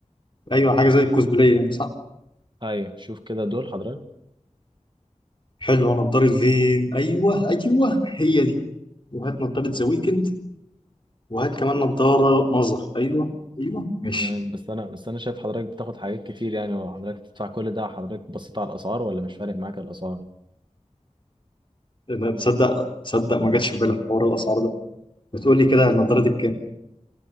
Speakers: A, on the left; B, on the right.
A: ايوه حاجه زي الكوسبلاي يعني صح
B: ايوه شوف كده دول حضرتك
A: حلوه نضاره فين ايوه ايوه هي دي وهات نضاره ذا ويكند وهات كمان نضاره نظر ايوه ايوه ماشي
B: تمام بس انا بس انا شايف حضرتك بتاخد حاجات كتير يعني وحضرتك تدفع كل ده حضرتك بصيت على الاسعار ولا مش فارق معاك الاسعار
A: لا تصدق تصدق ما جاتش في بالي حوار الاسعار ده بتقول لي كده النضاره دي بكام